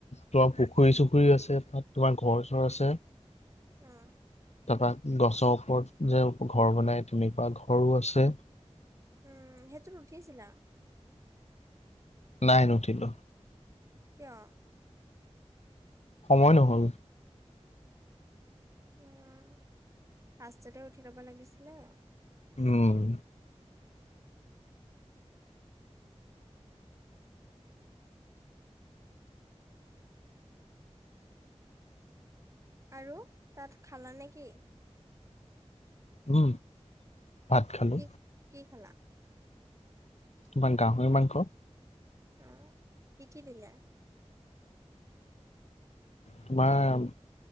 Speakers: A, on the left; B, on the right.
A: তোমাৰ পুখুৰী চুখুৰীও আছে, তাত তোমাৰ ঘৰ চৰ আছে।
B: উম।
A: তাপা গছৰ ওপৰত যে ঘৰ বনাই তেনেকুৱা ঘৰো আছে।
B: উম সেইটোত উঠিছিলা?
A: নাই নুঠিলো।
B: কিয়?
A: সময় নহ'ল।
B: উম ফাৰ্ষ্টতে উঠি ল'ব লাগিছিলে।
A: উম।
B: আৰু তাত খানা নে কি?
A: উম ভাত খালো।
B: কি কি খালা?
A: তোমাৰ গাহই মাংস।
B: অঁ কি কি দিলে?
A: তোমাৰ